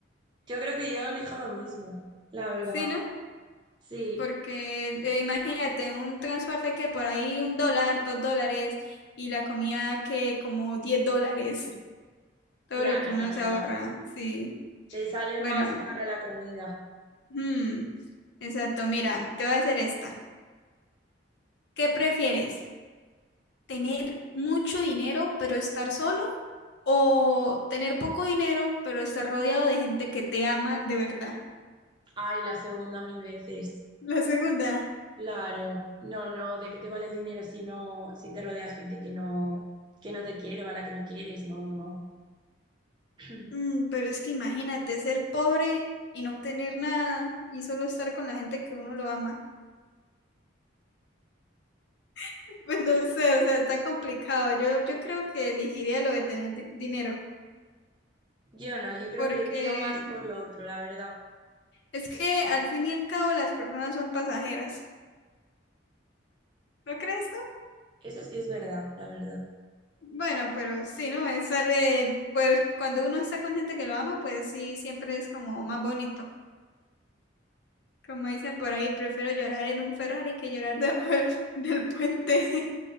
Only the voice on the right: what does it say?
yo creo que yo elijo lo mismo, la verdad.
Sí,
claro,
no, no,
no.
Te sale
más cara la comida.
Ay, la segunda mil veces.
Claro, no, no, ¿de qué te vale el dinero si no, si te rodea gente que no, que no te quiere o a la que no quieres? No, no, no. <clears throat>
Yo no, yo creo
que tiro más por lo otro, la verdad.
Eso sí es verdad, la verdad.